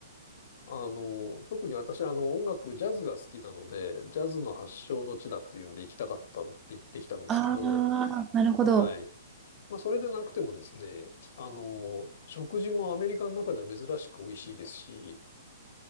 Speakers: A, on the left; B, on the right.
A: あの、特に私、あの、音楽、ジャズが好きなので、ジャズの発祥の地だっていうんで行きたかったって言ってきたんですけど、
B: あー、なるほど。
A: はい。まあ、それでなくてもですね、あの、食事もアメリカの中では珍しく美味しいですし、